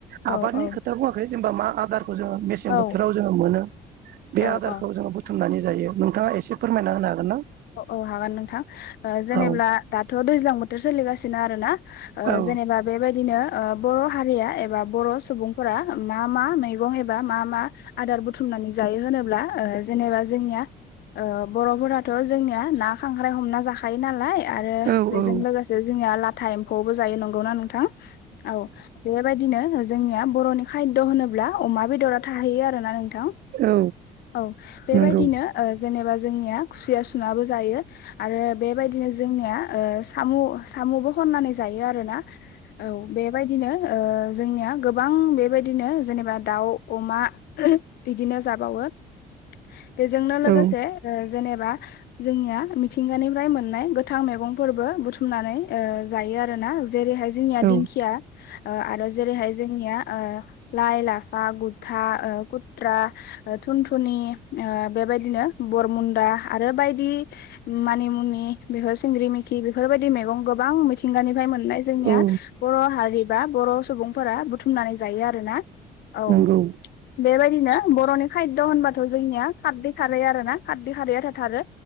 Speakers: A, on the right (about 65°); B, on the left (about 70°).
A: आबादनि
B: औ औ
A: खोथा बुङाखै जेनेबा मा आदारखौ जोङो मेसें
B: औ
A: बोथोराव जोङो मोनो
B: औ
A: बे आदारखौ जोङो बुथुमनानै जायो नोंथाङा एसे फोरमायना होनो हागोन ना
B: औ औ हागोन नोंथां जेनेब्ला
A: औ
B: दाथ' दैज्लां बोथोर सोलिगासिनो आरोना ओ
A: औ
B: जेनबा बेबादिनो ओ बर' हारिया एबा बर' सुबुंफोरा मा मा मैगं एबा मा मा आदार बुथुमनानै जा जायो होनोब्ला ओ जेनेबा जोंनिया ओ बर'फोराथ' जोंनिया ना खांख्राइ हमना जाखायो नालाय आरो
A: औ
B: बेजों
A: औ
B: लोगोसे जोंनिया लाथा एम्फौआवबो जायो नंगौना नोंथां? औ बेबायदिनो जोंनिया बर'नि खायद' होनोब्ला अमा बेदरा थाहैयो आरोना नों नोंथां
A: औ
B: औ बेबायदिनो
A: नंगौ
B: ओ जेनेबा जोंनिया खुसिया सुनाबो जायो आरो बेबायदिनो जोंनिया ओ सामु सामु खौबो खननानै जायो आरोना औ बेबायदिनो ओ जोंनिया गोबां बेबायदिनो जेनेबा दाउ अमा बिदिनो जाबावो। बेजोंनो लोगोसे
A: औ
B: जेनेब बा जोंनिया मिथिंगानिफ्राय मोननाय गोथां मैगंफोरबो बुथुमनानै ओ जायो आरोना। जेरैहाय जोंनिया
A: औ
B: दिंखिया आरो जेरैहाय जोंनिया ओ लाइ लाफा गुथा कुथ्रा थुनथुनि ओ बेबायदिनो बरमुन्दा आरो बायदि मानिमुनि बेफोर सिंग्रि मिखि बेफोरबाय बायदि गोबां मिथिंगानिफ्राय मोन नाय जोंनिया
A: औ
B: बर' हारि बा बर' सुबुंफोरा बुथुमनानै जायो आरो ना। औ
A: नंगौ
B: बेबायदिनो बर'नि खायदद' होनबाथ' जोंनिया खारदै खारै आरो ना खारदै खारैया थाथारो।